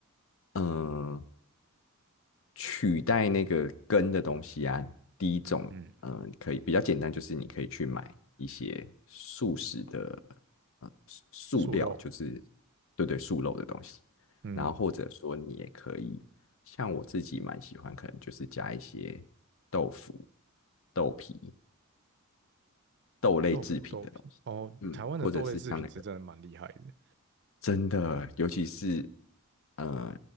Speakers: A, on the left; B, on the right.
A: 嗯，取代那个根的东西啊，第一种，
B: 嗯，
A: 嗯，可以比较简单，就是你可以去买一些素食的，呃，素素料，
B: 素肉，
A: 就是对对，素肉的东西。
B: 嗯，
A: 然后或者说你也可以，像我自己蛮喜欢，可能就是加一些豆腐、豆皮，豆类制品的东西，
B: 豆腐、豆皮。哦，
A: 嗯，
B: 台湾的豆类制品是真的蛮厉害的。
A: 或者是像那个真的，尤其是呃，